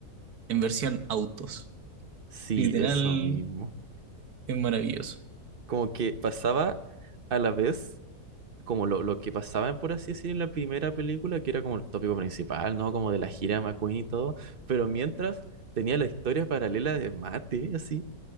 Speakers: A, on the right; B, on the right.
A: en versión autos.
B: Sí,
A: Literal,
B: eso mismo.
A: es maravilloso.
B: Como que pasaba a la vez como lo, lo que pasaba, por así decir, en la primera película, que era como el tópico principal, ¿no? Como de la gira de McQueen y todo, pero mientras tenía la historia paralela de Mate, así,